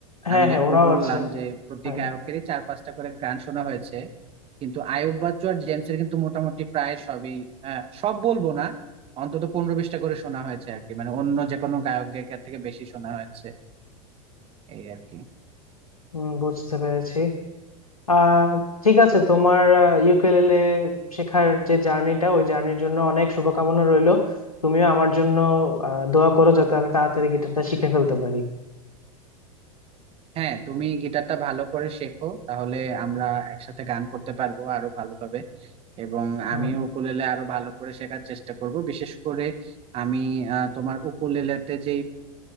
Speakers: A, on the left (about 80°); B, on the right (about 30°).
A: হ্যাঁ
B: আমি
A: হ্যাঁ
B: যেরকম
A: ওরাও
B: বললাম
A: আছে
B: যে প্রতি
A: হ্যাঁ
B: গায়কেরই চার পাঁচটা করে গান শোনা হয়েছে কিন্তু আয়ুব বাচ্চু আর জেমসের কিন্তু মোটামুটি প্রায় সবই আহ, সব বলবো না অন্তত পনেরো বিশটা করে শোনা হয়েছে আর কি মানে অন্য যে কোনো গায়ক গায়িকার থেকে বেশি শোনা হয়েছে এই আর কি
A: উম, বুঝতে পেরেছি আহ ঠিক আছে তোমার ইউকেলেলে শেখার যে জার্নিটা ওই জার্নির জন্য অনেক শুভকামনা রইলো তুমিও আমার জন্য আহ, দোয়া করো যাতে আমি তাড়াতাড়ি গিটারটা শিখে ফেলতে পারি
B: হ্যাঁ তুমি গিটারটা ভালো করে শেখো তাহলে আমরা একসাথে গান করতে পারবো আরো ভালোভাবে এবং
A: হুম
B: আমিও উকুলেলে আরো ভালো করে শেখার চেষ্টা করব বিশেষ করে আমি আহ, তোমার উকুলেলেতে যে